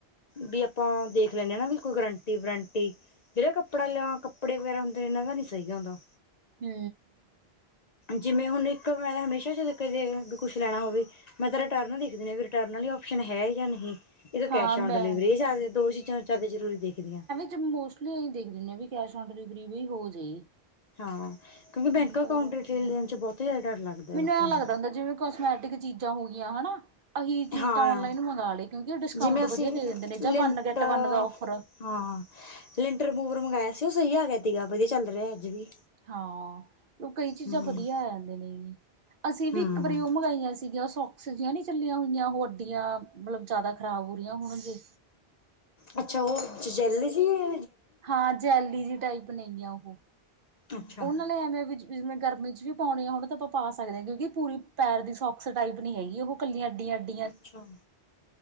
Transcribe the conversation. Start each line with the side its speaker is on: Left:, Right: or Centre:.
Left: ਬੀ ਆਪਾਂ ਦੇਖ ਲੈਂਨੇ ਆਂ ਨਾ ਕੋਈ ਗਰੰਟੀ-ਵਰੰਟੀ ਜੇੜਾ ਕੱਪੜੇ ਲੇਆ ਕੱਪੜੇ ਵਗੈਰਾ ਹੁੰਦੇ ਏਨਾਂ ਦਾ ਨੀ ਸਈ ਆਂਦਾ
Right: ਹੂੰ।
Left: ਜਿਮੇਂ ਹੁਣ ਇੱਕ ਮੈਂ ਤਾਂ ਹਮੇਸ਼ਾ ਜਦੋਂ ਕਦੇ ਵੀ ਕੁਛ ਲੈਣਾ ਹੋਵੇ ਮੈਂ ਤਾਂ ਰਿਟਰਨ ਦੇਖ ਦੀ ਹੁਨੀ ਰਿਟਰਨਲੀ ਵਾਲੀ ਓਪਸ਼ਨ ਹੈ ਯਾ ਨਹੀਂ। ਏਕ
Right: ਹਾਂ
Left: ਕੈਸ਼ ਔਨ
Right: ਮੈਂ
Left: ਡਿਲੇਵਰੀ
Right: ਵੀ
Left: ਜਾ ਦੋ ਚੀਜਾ ਜਾਦਾ ਜਰੂਰੀ ਦੇਖਦੀਆਂ।
Right: ਤੇ ਮੋਸਟਲੀ ਅਸੀਂ ਦੇਖ ਦਿੰਦੇ ਹਾਂ, ਵੀ ਕੈਸ਼ ਨ ਡਿਲੀਵਰੀ ਵੀ ਹੋ ਜਾਏ
Left: ਹਾਂ, ਕੇਓਕਿ
Right: ਨਹੀਂ
Left: ਬੈਂਕ
Right: ਤਾਂ
Left: ਅਕਾਊਂਟ
Right: ਔਖਾ
Left: ਡੀਟੇਲ ਦੇਣ ਚ ਬੋਤ ਜਾਦਾ ਡਾਰ ਲੱਗਦੈ
Right: ਮੈਨੂੰ
Left: ਆਪਾ
Right: ਐਂ
Left: ਨੂੰ
Right: ਲੱਗਦਾ ਹੁੰਦਾ ਜਿਵੇਂ ਕੋਸਮੈਟਿਕ ਚੀਜਾ ਹੋ ਗਿਆਂ ਹਣਾ ਅਹੀ ਚੀਜ
Left: ਹਾਂ
Right: ਤਾਂ ਔਨਲਾਈਨ ਮੰਗਵਾ ਲਏ ਕਿਓਕਿ ਡਿਸਕਾਊਂਟ
Left: ਜਿਵੇਂ ਅਸੀਂ
Right: ਵਦੀਆ ਦੇ ਦੇਂਦੇ ਨੇ ਜਾਂ
Left: ਲਿੰਟ
Right: ਵੱਨ ਗੇਟ ਵਨ ਦਾ ਔਫਰ
Left: ਹਾਂ, ਲਿੰਟਰ ਮੂਵਰ ਮੰਗਾਏਆ ਸੀ ਓ ਸਈ ਆ ਗੇਆ ਤੀਗਾ ਵਦੀਆ ਚੱਲ ਰੇਆ ਆੱਜ ਵੀ।
Right: ਹਾਂ, ਓ ਕਈ ਚੀਜਾ
Left: ਹਮ
Right: ਬਦੀਆ ਆ ਜਾਂਦੇ ਨੇ। ਅਸੀਂ ਵੀ
Left: ਹਮ
Right: ਇੱਕ ਵਰੀ ਓ ਮੰਗਾਈਆਂ ਸੀਗੀਆਂ ਸੋ ਸਜੀਆਂ ਨੀ ਚੱਲੀਆਂ ਹੋਈਆਂ ਓ ਅੱਡੀਆਂ, ਮਲਬ ਜਾਦਾ ਖਰਾਬ ਹੋ ਰੀਆਂ ਹੋਣ ਜੇ।
Left: ਅੱਛਾ, ਓ ਜੇਲ ਜੀ ਏ?
Right: ਹਾਂ, ਜੈਲੀ ਜਿ ਟਾਈਪ ਬਨਾਈ ਆ ਓਹ,
Left: ਅੱਛਾ
Right: ਓਨ ਨਾਲੇ ਐਵੇਂ ਵੀ ਜਿਵੇਂ ਗਰਮੀ ਚ ਵੀ ਪਾਉਣੀ ਆ ਹੋਣ ਤਾਂ ਓ ਆਪਾਂ ਪਾ ਸਕਦੇ ਆਂ, ਕੇਓਕਿ ਪੂਰੀ ਪੈਰ ਦੀ ਸੋਕਸ ਟਾਈਪ ਨੀ ਹੈਗੀ ਓ ਕੱਲੀਆਂ ਅੱਡੀਆਂ ਅ
Left: ਅੱਛਾ,